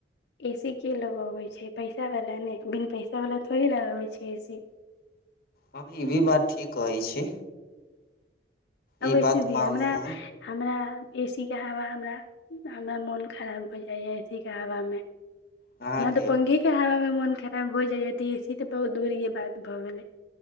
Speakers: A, on the left; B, on the left.
A: एसी के लगोबै छय पैसा वला ने बिन पैसा वाला थोड़े लगबैत छै एसी
B: हाँ ई भी बात ठीक कहय छी
A: आ वैसे
B: ई बात
A: भी
B: मानलहु
A: हमरा हमरा ए सी के हावा हमरा हमरा मौन खराब भऽ जाइए ए सी के हावा में
B: अहाँके
A: हमरा तऽ पंखे के हवा में मौन खराब हो जाइया तऽ एसी तऽ बहुत दूर के बात भऽ गेलै